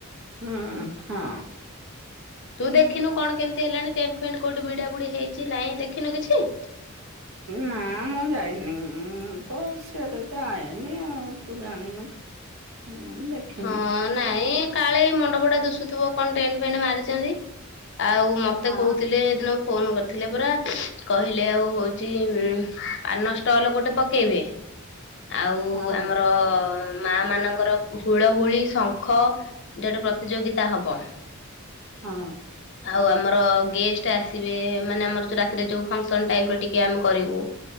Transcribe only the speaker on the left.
ତୁ ଦେଖିନୁ କଣ କେମିତି ହେଲାଣି ଟେଣ୍ଟ ଫେଣ୍ଟ କୋଉଠି ଭିଡା ଭିଡି ହେଇଛି ନାଇଁ ଦେଖିନୁ କିଛି।
ହଁ-ହଁ-ହଁ ନାଇଁ-ଇଁ-ଇଁ କାଳେ ମ ଗୁଡ଼ା ଦୁଶୁଥିବ କଣ ଟେଣ୍ଟ ଫେଣ୍ଟ ମାରିଛନ୍ତି। ଆଉ ମତେ
କହୁଥିଲେ ଏ ଦିନ ଫୋନ କରି ଥିଲେ ପରା କହିଲେ ଆଉ ହଉଛି ଉମ ପାନ ଷ୍ଟଲ ଗୋଟେ ପକେଇବେ। ଆଉ-ଉ-ଉ
ଆମର-ର-ର। ମା ମାନଙ୍କର। ହୁଳହୁଳି ଶଙ୍ଖ ଯୋଡେ ପ୍ରତିଯୋଗିତା ହବ।
ଆଉ ଆମର-ର-ର ଗେଷ୍ଟ ଆସିବେ ମାନେ ଆମର ଯୋଉ ରାତିରେ ଯୋଉ ଫଙ୍କସନ ଟାଇପ ର ଟିକେ ଆମେ କରିବୁ।